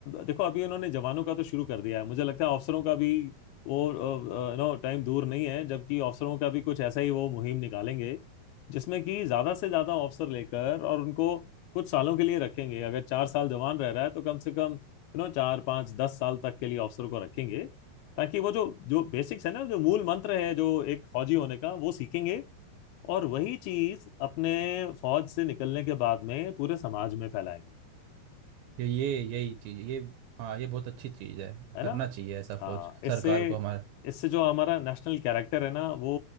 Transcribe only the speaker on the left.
देखो अभी इन्होंने जवानों का तो शुरू कर दिया है मुझे लगता है अफसरों का भी वो नो टाइम दूर नहीं है जबकि अफसरों का भी कुछ ऐसा ही वो मुहिम निकालेंगे जिसमें कि ज्यादा से ज्यादा अफसर लेकर और उनको कुछ सालों के लिए रखेंगे अगर चार साल जवान रह रहा है तो कम से कम यू नो चार पाँच दस साल तक के लिए अफसर को रखेंगे ताकि वो जो जो बेसिक्स है ना जो मूल मंत्र है जो एक फौजी होने का वो सीखेंगे और वही चीज अपने फौज से निकलने के बाद में पूरे समाज में फैलाएंगे
है
ना
हाँ इससे
इससे जो हमारा नेशनल कैरेक्टर है ना वो